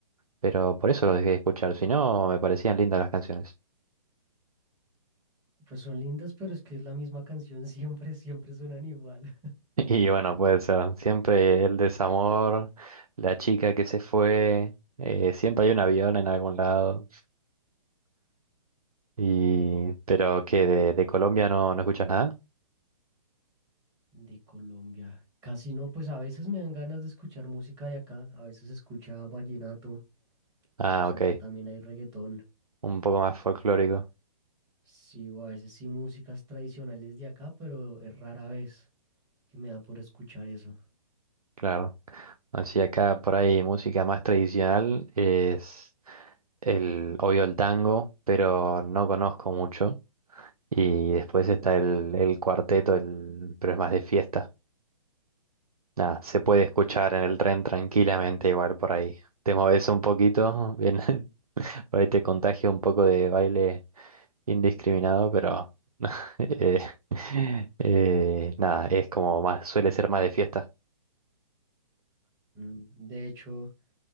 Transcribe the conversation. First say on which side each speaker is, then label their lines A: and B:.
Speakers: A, on the right (about 85°); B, on the right (about 20°).
A: Pero por eso lo dejé de escuchar, si no, me parecían lindas las canciones.
B: pues son lindas, pero es que es la misma canción, <laughs> siempre, siempre suenan igual.
A: <laughs> Y bueno, puede ser. Siempre el desamor, la chica que se fue, eh, siempre hay un avión en algún lado. Y... Pero que de, de Colombia no, no escuchas nada.
B: De Colombia. Casi no, pues a veces me dan ganas de escuchar música de acá, a veces escucha vallenato,
A: Ah,
B: pues
A: ok.
B: acá también hay reggaetón.
A: Un poco más folclórico.
B: Sí, o a veces sí músicas tradicionales de acá, pero es rara vez que me da por escuchar eso.
A: Claro. Así acá por ahí música más tradicional es el, obvio el tango, pero no conozco mucho. Y después está el, el cuarteto, el, pero es más de fiesta. Nada, se puede escuchar en el tren tranquilamente igual por ahí. Te moves un poquito, bien, <laughs> por ahí te contagia un poco de baile indiscriminado, pero <laughs> eh, eh, nada, es como más, suele ser más de fiesta.
B: Mm, De hecho,